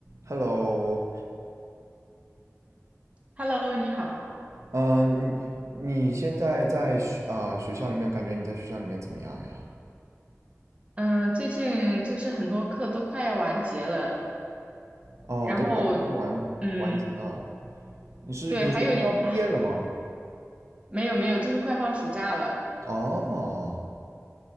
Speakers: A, on the right (about 65°); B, on the right (about 25°).
A: Hello，
B: Hello，你好。
A: 嗯、你你现在在学啊、学校里面，感觉你在学校里面怎么样呀？
B: 嗯，最近就是很多课都快要完结了，
A: 哦，
B: 然后，
A: 都快都快完完结了，
B: 嗯，
A: 你是你是快要毕业了吗？
B: 对，还有一啊，没有没有，就是快放暑假了。
A: 哦，